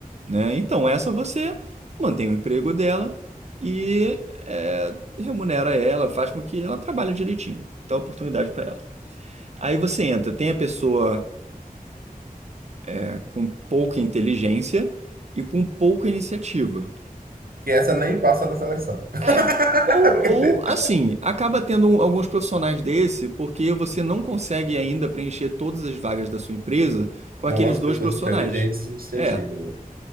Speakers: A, on the right; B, on the right.
A: né? Então, essa você mantém o emprego dela e é, remunera ela, faz com que ela trabalhe direitinho, dá oportunidade para ela. Aí você entra, tem a pessoa é, com pouca inteligência e com pouca iniciativa.
B: Que essa nem passa na seleção. <laughs>
A: É, ou, ou assim, acaba tendo um- alguns profissionais desse porque você não consegue ainda preencher todas as vagas da sua empresa com
B: Com
A: aqueles
B: as
A: dois
B: pessoas
A: profissionais.
B: inteligentes e iniciativas,
A: É,
B: né?